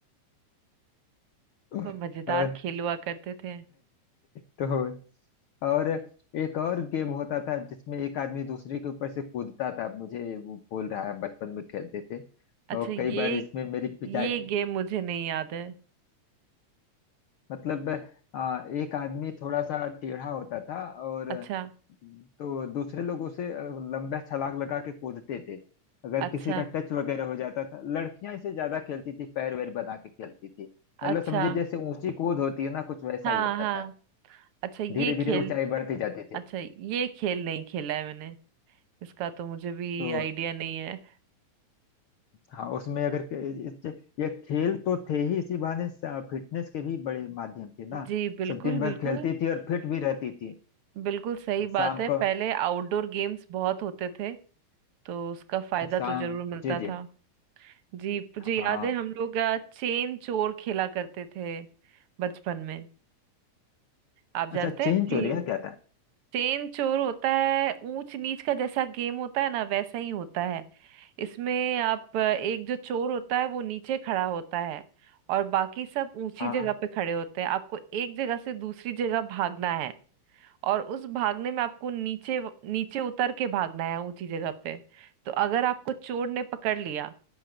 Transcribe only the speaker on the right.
वो मजेदार
खेल
हुआ करते थे
अच्छा
ये
ये गेम मुझे नहीं याद है
अच्छा
अच्छा
अच्छा
हाँ
हाँ
अच्छा ये
खेल
अच्छा ये खेल नहीं खेला है मैंने इसका तो मुझे भी
आइडिया नहीं है
<laughs>
जी बिल्कुल
बिल्कुल
बिल्कुल सही बात
है
पहले आउटडोर गेम्स बहुत होते थे तो उसका फायदा
तो जरूर मिलता
था जी मुझे
याद है हम लोग अ, चेन चोर खेला करते थे बचपन में आप जानते
हैं
चेन
चेन चोर होता है ऊंच नीच का जैसा गेम होता है ना वैसा ही होता है इसमें आप अ, एक जो चोर होता है वो नीचे खड़ा होता है और बाकी सब ऊंची
जगह
पे खड़े होते हैं आपको एक जगह से दूसरी जगह भागना है और उस भागने में आपको नीचे नीचे उतर के भागना है ऊंची जगह पे तो अगर आपको चोर ने पकड़ लिया